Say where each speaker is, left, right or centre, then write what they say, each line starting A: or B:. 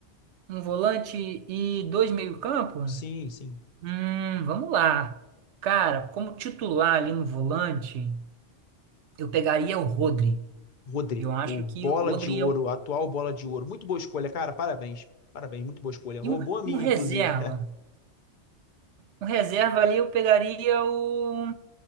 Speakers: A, on the right (about 80°); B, on the left (about 50°).
A: Um volante e dois meio-campo?
B: Sim, sim.
A: Hum, vamos lá. Cara, como titular ali no volante, eu pegaria o Rodri.
B: Rodrigo,
A: Eu acho
B: o bola
A: que o Rodri
B: de ouro,
A: é o.
B: atual bola de ouro. Muito boa escolha, cara. Parabéns. Parabéns, muito boa escolha. Roubou
A: E um,
B: a minha,
A: e um reserva.
B: inclusive.
A: Um reserva ali eu pegaria o.